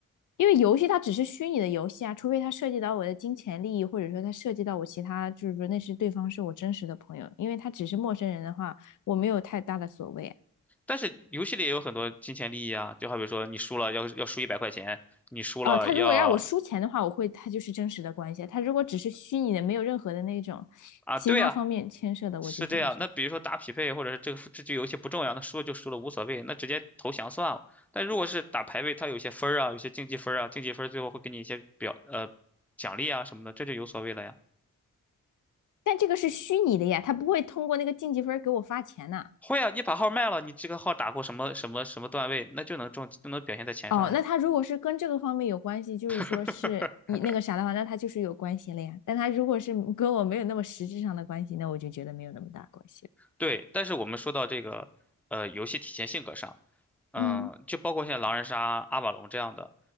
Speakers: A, on the left; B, in the centre.
A: 因为游戏它只是虚拟的游戏啊，除非它涉及到我的金钱利益，或者说它涉及到我其他，就是说那是对方是我真实的朋友，因为他只是陌生人的话，我没有太大的所谓啊
B: 但是游戏里也有很多金钱利益啊，就好比说你输了要要输一百块钱，你输了要
A: 哦，他如果让我输钱的话，我会他就是真实的关系；他如果只是虚拟的，没有任何的那种其他方面牵涉的，
B: 啊，对啊，是这样。
A: 我就觉得是。
B: 那比如说打匹配，或者是这个这局游戏不重要，那输了就输了无所谓，那直接投降算了。但如果是打排位，它有些分儿啊，有些竞技分儿啊，竞技分儿最后会给你一些表呃奖励啊什么的，这就有所谓了呀。
A: 但这个是虚拟的呀，他不会通过那个晋级分给我发钱呐、
B: 会啊，你把号卖了，你这个号打过什么什么什么段位，那就能中，就能表现在钱上呀。
A: 哦，那他如果是跟这个方面有关系，就是说是你那个啥的话，
B: <laughs>
A: 那他就是有关系了呀。但他如果是跟我没有那么实质上的关系，那我就觉得没有那么大关系了。
B: 对，但是我们说到这个，呃，游戏体现性格上。嗯，
A: 嗯，
B: 就包括像狼人杀、阿瓦隆这样的，